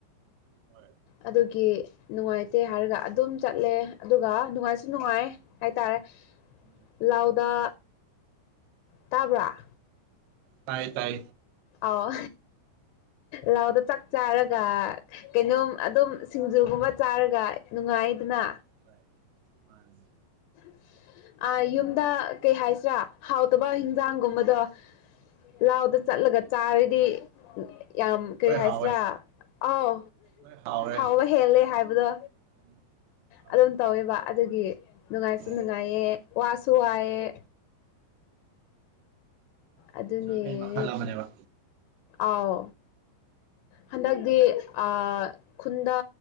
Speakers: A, on the right; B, on the left.
A: ꯍꯣꯏ
B: ꯑꯗꯨꯒꯤ ꯅꯨꯡꯉꯥꯏꯇꯦ ꯍꯥꯏꯔꯒ ꯑꯗꯨꯝ ꯆꯠꯂꯦ ꯑꯗꯨꯒ ꯅꯨꯡꯉꯥꯏꯁꯨ ꯅꯨꯡꯉꯥꯏꯌ ꯍꯥꯏꯇꯥꯔꯦ
A: ꯎꯝ
B: ꯂꯥꯎꯗꯥ ꯇꯥꯕ꯭ꯔꯥ꯫
A: ꯇꯥꯏ ꯇꯥꯏ꯫
B: ꯑꯥꯎ ꯂꯧꯗ ꯆꯥꯛ ꯆꯥꯔꯒ
A: ꯍꯥꯏꯔꯣ ꯍꯥꯏꯔꯣ
B: ꯀꯩꯅꯣꯝ ꯑꯗꯨꯝ
A: ꯑꯥ
B: ꯁꯤꯡꯖꯨꯒꯨꯝꯕ ꯆꯥꯔꯒ ꯅꯨꯡꯉꯥꯏꯗꯅ꯫
A: ꯍꯣꯢ ꯃꯥꯅꯤ꯫
B: <inaudible> ꯑꯥ ꯌꯨꯝꯗ ꯀꯩ ꯍꯥꯏꯁꯤꯔꯥ ꯍꯥꯎꯇꯕ ꯍꯤꯟꯖꯥꯡꯒꯨꯝꯕꯗꯣ꯫ ꯂꯥꯎꯗ
A: ꯎꯝ
B: ꯆꯠꯂꯒ ꯆꯥꯔꯗꯤ ꯌꯥꯝ ꯀꯔꯤ
A: ꯂꯣꯏ
B: ꯍꯥꯏꯁꯤꯔꯥ
A: ꯍꯥꯎꯋꯦ
B: ꯑꯥꯎ
A: ꯂꯣꯏ ꯍꯥꯎꯔꯦ
B: ꯍꯥꯎꯕ ꯍꯦꯜꯂꯦ ꯍꯥꯏꯕꯗꯣ꯫
A: ꯎꯝ ꯃꯥꯅꯤ
B: ꯑꯗꯨꯝ ꯇꯧꯋꯦꯕ ꯑꯗꯨꯒꯤ ꯅꯨꯡꯉꯥꯏꯁꯨ
A: ꯑꯣ
B: ꯅꯨꯡꯉꯥꯏꯌꯦ ꯋꯥꯁꯨ ꯋꯥꯏꯑꯦ꯫ ꯑꯗꯨꯅꯦ
A: ꯑꯦꯟꯖꯣꯏꯃꯦꯟ ꯃꯈꯜ ꯑꯃꯅꯦꯕ꯫
B: ꯑꯥꯎ ꯍꯟꯗꯛꯇꯤ ꯑꯥ ꯈꯨꯟꯗ